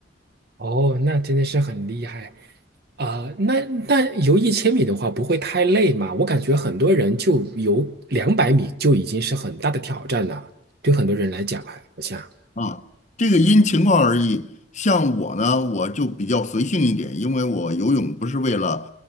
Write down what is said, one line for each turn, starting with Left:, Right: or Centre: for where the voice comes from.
Right: 哦，那真的是很厉害啊，那那游一千米的话，不会太累吗？我感觉很多人就游两百米就已经是很大的挑战了，对很多人来讲啊，我想。
Left: 啊，这个因情况而异。像我呢，我就比较随性一点，因为我游泳不是为了